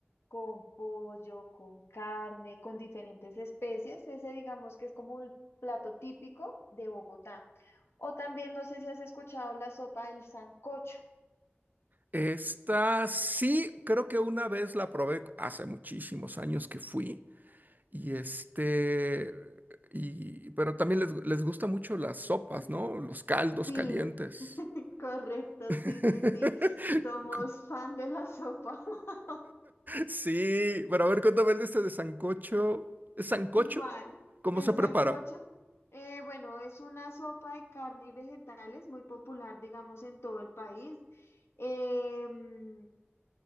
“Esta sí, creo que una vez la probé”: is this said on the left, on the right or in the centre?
Right